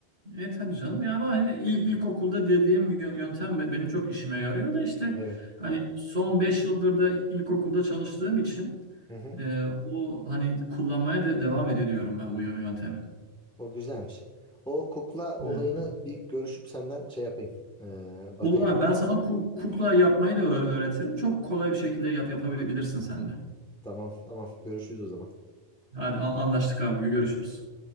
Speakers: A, on the right; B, in the centre.
A: E tabii canım ya ama hani ilk
B: Hı
A: ilkokulda
B: hı.
A: dediğim yö- yöntem be- benim çok işime yarıyor da işte
B: Evet.
A: hani son 5 yıldır da ilkokulda çalıştığım için
B: Hı hı.
A: e, o hani kullanmaya da devam ediyorum ben bu yö- yöntemi.
B: O güzelmiş. O kukla olayını
A: Evet.
B: bir görüşüp senden şey yapayım. E, bakayım.
A: Olur abi ben sana ku- kukla yapmayı da öğ- öğretirim. Çok kolay bir şekilde yap yapabilirsin sen de.
B: Tamam tamam görüşürüz o zaman.
A: Hadi a- anlaştık abi görüşürüz.